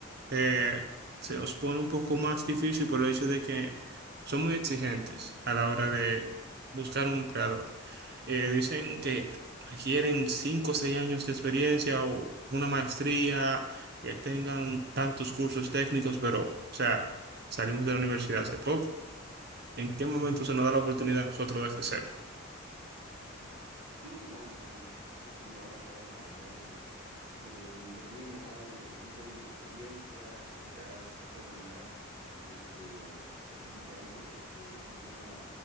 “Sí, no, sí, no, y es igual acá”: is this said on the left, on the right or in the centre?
Right